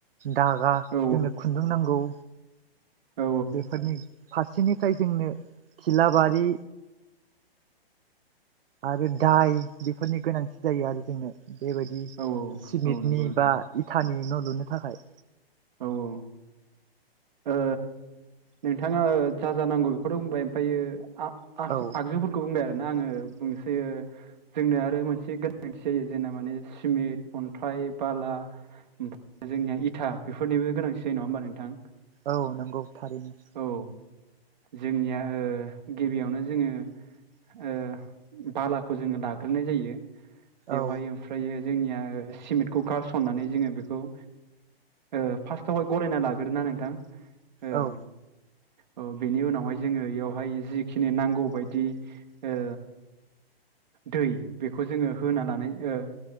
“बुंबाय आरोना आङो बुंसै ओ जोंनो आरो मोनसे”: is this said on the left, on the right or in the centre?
Right